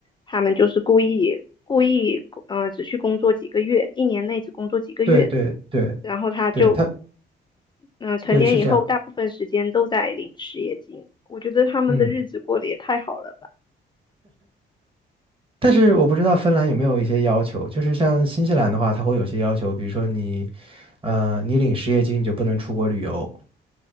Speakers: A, on the left; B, on the right.
A: 他们就是故意故意，呃，只去工作几个月，一年内只工作几个月。
B: 对对对
A: 然后他就
B: 对，他
A: 嗯、呃成年以后大部分时间都在领失业金，
B: 对是这样。
A: 我觉得他们的日子过得也太好了吧。
B: 嗯。但是我不知道芬兰有没有一些要求，就是像新西兰的话，它会有些要求，比如说你，呃，你领失业金你就不能出国旅游，